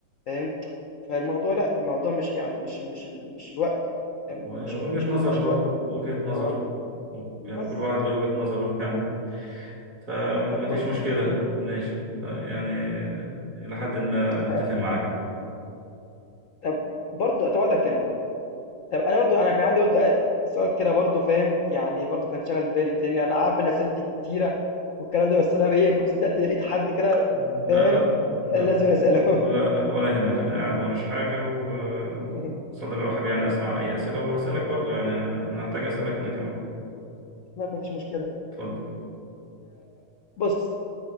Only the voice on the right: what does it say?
وهي
وجهة
نظر
برضو
وجهة نظر
يعني
كل واحد ليه وجهة نظره <laughs> يعني فمفيش
مشكلة
ماشي يعني إلى حد ما متفق
معاك
لا
لا لا
لا لا ولا يهمك أنا قاعد موريش حاجة و
صدر رحب يعني أسمع أي أسئلة وهسألك برضو يعني أنا هحتاج أسألك أنا كمان
اتفضل